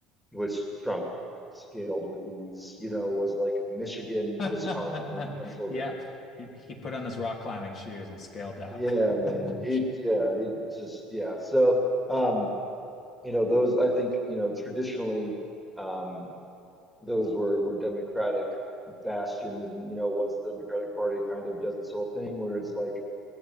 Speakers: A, in the centre; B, on the left.
A: which Trump scaled with ease, you know, was like Michigan,
B: <laughs>
A: Wisconsin, and Pennsylvania.
B: Yeah, he he put on his rock climbing shoes and scaled out.
A: Yeah, man.
B: <laughs>
A: He, yeah, he just, yeah. So. Um, You know, those I think, you know, traditionally, um, those were were Democratic bastions, and you know, once the Democratic Party kind of does its whole thing, where it's like